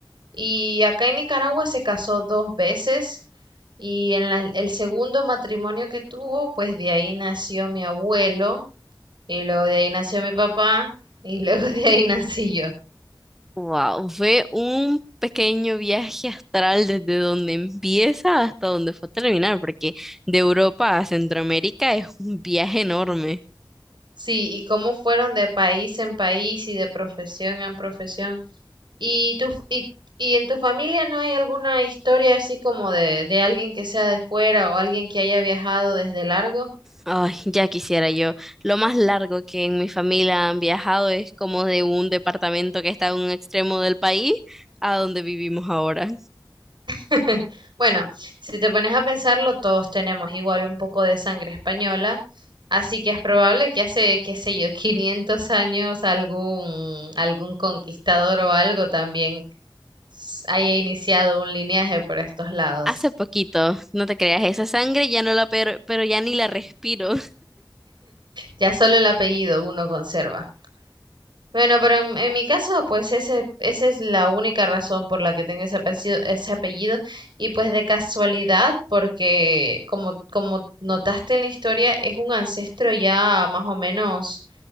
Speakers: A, on the right; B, in the centre.
A: Y acá en Nicaragua se casó dos veces y en la- el segundo matrimonio que tuvo, pues de ahí nació mi abuelo y luego de ahí nació mi papá y luego <laughs> de ahí nací yo.
B: Wow, fue un pequeño viaje astral desde donde empieza hasta donde fue a terminar, porque de Europa a Centroamérica es un viaje enorme.
A: Sí, y cómo fueron de país en país y de profesión en profesión. ¿Y tu, f- y, y en tu familia no hay alguna historia así como de, de alguien que sea de fuera o alguien que haya viajado desde largo?
B: Ay, ya quisiera yo. Lo más largo que en mi familia han viajado es como de un departamento que está en un extremo del país a donde vivimos ahora.
A: <laughs> Bueno, si te pones a pensarlo, todos tenemos igual un poco de sangre española, así que es probable que hace, qué sé yo, <laughs> 500 años algún, algún conquistador o algo también s- haya iniciado un linaje por estos lados.
B: Hace poquito, no te creas, esa sangre ya no la, per- pero ya ni la respiro.
A: Ya solo el apellido uno conserva. Bueno, pero en, en mi caso, pues ese, esa es la única razón por la que tengo ese apellido, ese apellido. Y pues de casualidad, porque como, como notaste en la historia, es un ancestro ya más o menos